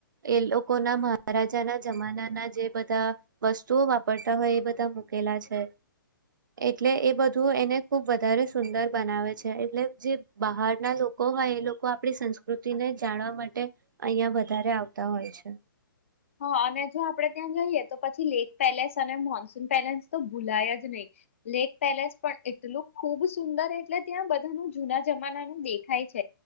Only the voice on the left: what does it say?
હા અને જો આપડે ત્યાં જઈએ તો પછી લેક પેલેસ અને મોન્સૂન પેલેસ તો ભૂલાય જ નહી, લેક પેલેસ પણ એટલું ખુબ સુંદર એટલે ત્યાં બધાનું જૂના જમાનાનું દેખાય છે,